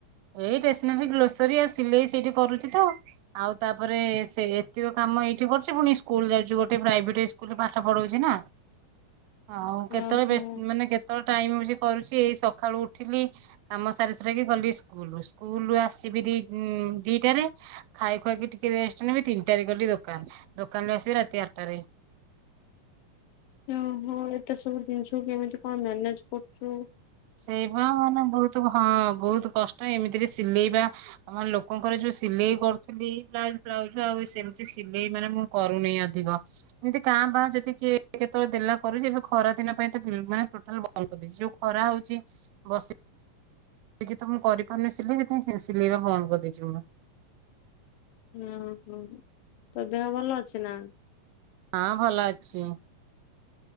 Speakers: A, on the right (about 85°); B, on the left (about 80°).
A: ଏଇ ଷ୍ଟେସନାରୀ ଗ୍ରୋସରୀ ଆଉ ସିଲେଇ ସେଇଠି କରୁଚି ତ। ଆଉ ତାପରେ ସେ ଏତିକ କାମ ଏଇଠି କରୁଚି ପୁଣି ସ୍କୁଲ ଯାଉଛି ଗୋଟେ ପ୍ରାଇଭେଟ ସ୍କୁଲରେ ପାଠ ପଢଉଛି ନା। ହଉ କେତେବେଳେ
B: ଓହୋ
A: ବେସ ମାନେ କେତେବେଳେ ଟାଇମ ମିଳୁଛି କରୁଚି ଏଇ ସକାଳୁ ଉଠିଲି। କାମ ସାରି ସୁରାକି ଗଲି ସ୍କୁଲ ସ୍କୁଲରୁ ଆସିବି ଦି ଉଁ ଦିଟାରେ। ଖାଇ ଖୁଆକି ଟିକେ ରେଷ୍ଟ୍ ନେବି ତିନିଟାରେ ଗଲି ଦୋକାନ ଦୋକାନ ରେ ଆସିବି ରାତି ଆଟାରେ।
B: ୟ ହଁ ଏତେ ସବୁ ଜିନିଷକୁ କେମିତି କଣ ମ୍ୟାନେଜ କରୁଚୁ?
A: ସେଇପା ମାନେ ବହୁତ ହଁ ବହୁତ କଷ୍ଟ ଏମିତିରେ ସିଲେଇବା। ଆମର ଲୋକଙ୍କର ଯୋଉ ସିଲେଇ କରୁଥୁଲି ବ୍ଲାଉଜ ଫ୍ଲାଉଜ୍ ଆଉ ସେମିତି ସିଲେଇ ମାନେ ମୁଁ କରୁନି ଆଧିକ। ଏମିତି କାଁ ଭାଁ ଯଦି କିଏ କେତେଳେ ଦେଲା କରୁଚି ଏବେ ଖରା ଦିନ ପାଇଁ ତ ବିଲ ମାନେ ଟୋଟାଲ ବନ୍ଦ କରିଦେଇଚି ଯୋଉ ଖରା ହଉ ଚି ବସି ନିଜେ ତ ମୁଁ କରିପାରୁନି ସିଲେଇ ସେଥିପାଇଁ ଫି ସିଲେଇବା ବନ୍ଦ କରିଦେଇଛି <inaudible>
B: <unintelligible> ହଁ ତୋ ଦେହ ଭଲ ଅଛି ନା।
A: ହଁ ଭଲ ଅଛି।